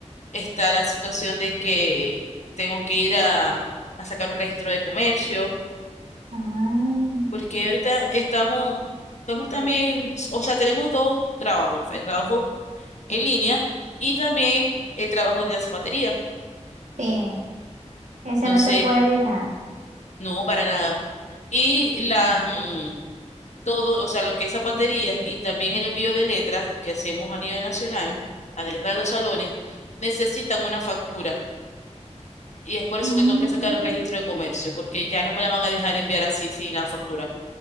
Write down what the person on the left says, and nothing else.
está la situación de que tengo que ir a, a sacar un registro de comercio,
porque ahorita estamos, estamos también, o sea, tenemos dos trabajos, el trabajo en línea y también el trabajo de la zapatería.
Entonces,
no, para nada. Y las, mm, todo, o sea, lo que es zapatería y también el envío de letras que hacemos a nivel nacional, a letras de los salones, necesitan una factura. Y es por eso
que tengo que sacar un registro de comercio, porque ya no me la van a dejar enviar así sin la factura.